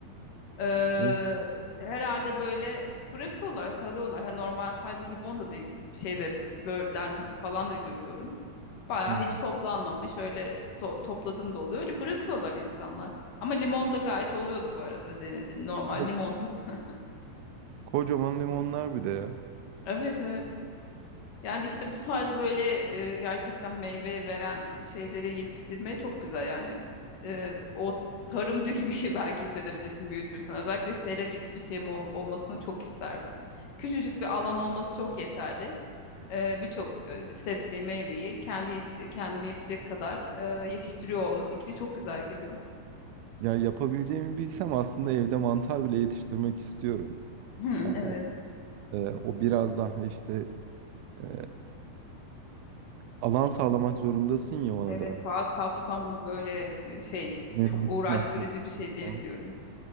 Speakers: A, on the left; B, on the right.
A: e,
B: Hı
A: herhalde böyle bırakıyorlar, salıyorlar. Hani normal sadece limon da değil gidip şeyde böğürtlen falan da görüyorum. Bayağı
B: hı.
A: hiç toplanmamış. Öyle to- topladım da oluyor. Öyle bırakıyorlar insanlar. Ama limon da gayet oluyordu bu arada denedim. Normal
B: Ve
A: limon tadı. <laughs>
B: Kocaman limonlar bir de ya.
A: Evet evet. Yani işte bu tarz böyle e, gerçekten meyve veren şeyleri yetiştirmeye çok güzel yani. E, o tarımcı gibi <laughs> belki hissedebilirsin büyütürsen. Özellikle sera gibi bir şeyim ol- olmasını çok isterdim. Küçücük bir alan olması çok yeterli. E, birçok e, sebzeyi, meyveyi kendi yet- kendime yetecek kadar e, yetiştiriyor olma fikri çok güzel geliyor.
B: Ya yapabileceğimi bilsem aslında evde mantar bile yetiştirmek istiyorum.
A: Hmm,
B: Yani
A: evet.
B: o, e, o biraz daha işte e, alan sağlamak zorundasın ya ona
A: Evet,
B: da.
A: daha kapsamlı böyle e, şey
B: Nemli
A: çok uğraştırıcı
B: tutmak
A: bir şey diyebiliyorum.
B: falan.